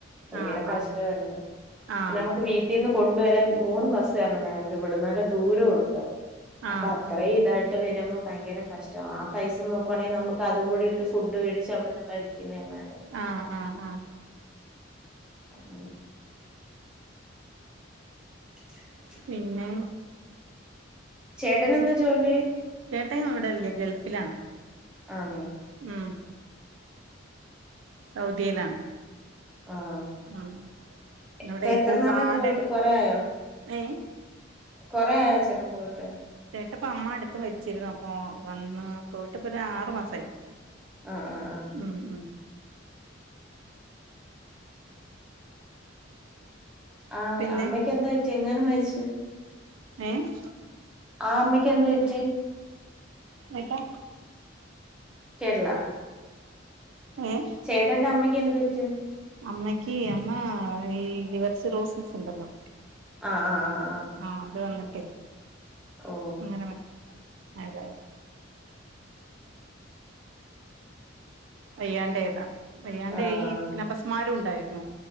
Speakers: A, in the centre; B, on the right.
A: ഭയങ്കര
B: ആഹ്
A: കഷ്ടമായിരുന്നു
B: ആഹ് ആഹ്
A: പിന്ന നമുക്ക് വീ വീട്ടിന്ന് കൊണ്ടുവരാൻ മൂന്ന് ബസ്സ് കയറണം ഞങ്ങൾക്ക് ഇവിടെ നല്ല ദൂരമുണ്ട്
B: ആഹ്
A: അപ്പൊ ഇത്രയും ഇതായിട്ട് വരുമ്പോൾ ഭയങ്കര കഷ്ട ആ പൈസ നോക്കുവാണെങ്കിൽ നമുക്ക് അതും കൂടി ഇട്ട് ഫുഡ്ടിച്ച് അവിടുന്ന് കഴ പിന്നെയല്ല
B: ആഹ് ആഹ് ആഹ്
A: ഉം <inaudible>
B: പിന്നെ
A: ചേട്ടനാന്താ ജോലി
B: ചേട്ടൻ ഇവിടെല്ല ഗൾഫിലാണ്
A: ആന്നോ
B: ഉം സൗദിയിലാണ്
A: ആഹ്
B: ഉം ഇവിടെ
A: ഇപ്പൊ എത്ര
B: ഇപ്പോ
A: നാളായി
B: ഗാർഡൻ
A: പോയിട്ട് കൊറേ ആയോ
B: ഏ
A: കൊറെ ആയോ ചേട്ടൻ പോയിട്ട്
B: ചേട്ടപ്പ അമ്മ അടുത്ത് മരിച്ചിരുന്നു അപ്പൊ വന്ന് പോയിട്ടപ്പ ആറു മാസയി
A: ആഹ് ആഹ് ആഹ്
B: ഉം ഉം
A: ആഹ്
B: പിന്നെ
A: അമ്മയ്ക്ക് എന്താ പറ്റി എങ്ങനെ മരിച്ചു
B: ഏഹ്
A: ആ അമ്മയ്ക്ക് എന്ത്‌ പറ്റി
B: ഏട്ടാ
A: കേരള
B: ഏഹ്
A: ചേട്ടന്റമ്മക് എന്തു പറ്റി
B: അമ്മയ്ക്കി അമ്മാ ഈയ് ലിവർ സിറോസിസ് ഒണ്ടല്ലോ
A: ആഹ് ആഹ് ആഹ് ആഹ്
B: ആഹ് അത് വന്നിട്ടെ
A: ഓ
B: അങ്ങനെ ആയതാ വയ്യാണ്ടേയ്താ വയ്യാണ്ടേയി
A: ആഹ്
B: പിന്നേ അബസ്മാരും ഉണ്ടായിരുന്നു